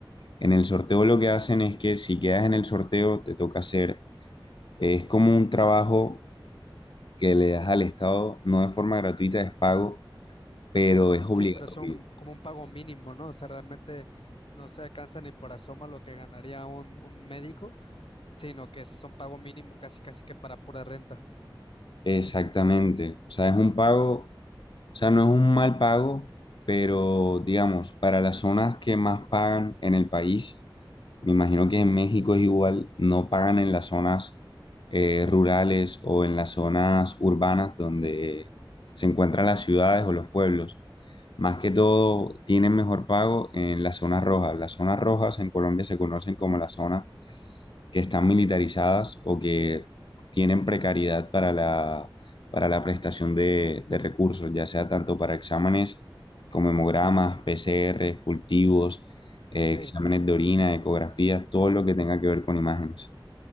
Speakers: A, on the left; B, on the left.
A: En el sorteo lo que hacen es que si quedas en el sorteo te toca hacer, es como un trabajo que le das al Estado, no de forma gratuita, es pago, pero es obligatorio.
B: sí, pero es un, como un pago mínimo, ¿no? O sea, realmente no se alcanza ni por asoma lo que ganaría un, un médico, sino que es un pago mínimo casi, casi que para pura renta.
A: Exactamente. O sea, es un pago O sea, no es un mal pago, pero digamos, para las zonas que más pagan en el país, me imagino que en México es igual, no pagan en las zonas eh, rurales o en las zonas urbanas donde se encuentran las ciudades o los pueblos. Más que todo, tienen mejor pago en las zonas rojas. Las zonas rojas en Colombia se conocen como las zonas que están militarizadas o que tienen precariedad para la para la prestación de, de recursos, ya sea tanto para exámenes como hemogramas, PCR, cultivos, eh,
B: Sí,
A: exámenes de orina, ecografías, todo lo que tenga que ver con imágenes.